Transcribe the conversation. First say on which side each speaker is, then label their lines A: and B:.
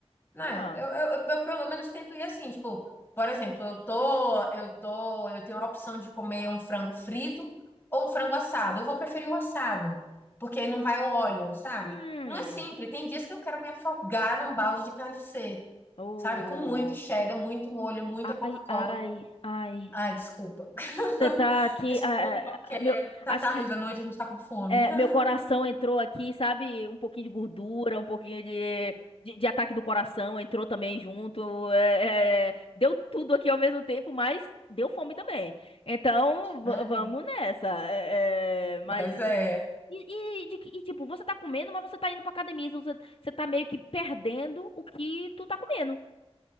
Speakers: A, on the left (about 20°); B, on the left (about 55°).
A: Não
B: Ah.
A: é? Eu, eu, eu- eu pelo menos tento ir assim, tipo, por exemplo, eu tô, eu tô, eu tenho a opção de comer um frango frito ou um frango assado. Eu vou preferir o assado, porque aí não vai o óleo, sabe?
B: Hum.
A: Não é sempre. Tem dias que eu quero me afogar num balde de KFC,
B: Oh.
A: sabe? Com muito cheddar, muito molho, muita
B: Ai,
A: Coca-Cola.
B: ai, ai.
A: Ai, desculpa. <laughs>
B: Você tá aqui.
A: Desculpa,
B: ah, ah, ah, meu,
A: tá
B: acho
A: tarde
B: que
A: da noite, a gente tá com fome.
B: é,
A: <laughs>
B: meu coração entrou aqui, sabe? Um pouquinho de gordura, um pouquinho de, de, de ataque do coração entrou também junto. é, é, deu tudo aqui ao mesmo tempo, mas deu fome também. Então, va-
A: É,
B: vamos nessa. é, é, mas.
A: Mas é,
B: E, e de que- e, tipo, você tá comendo, mas você tá indo pra academia. então Você, você tá meio que perdendo o que tu tá comendo.